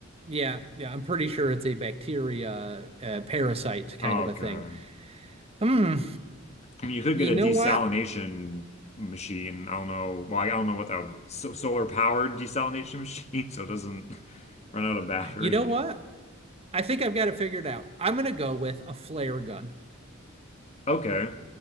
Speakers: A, on the right; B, on the left.
A: Yeah, yeah, I'm pretty sure it's a bacteria, uh, parasite kind
B: Oh,
A: of a
B: okay.
A: thing. Hmm.
B: I mean, you could
A: You
B: get a
A: know
B: desalination
A: what?
B: machine. I don't know. Well, I don't know what that so solar powered desalination <laughs> machine, so it doesn't <laughs> run out of battery.
A: You know what? I think I've got it figured out. I'm gonna go with a flare gun,
B: Okay.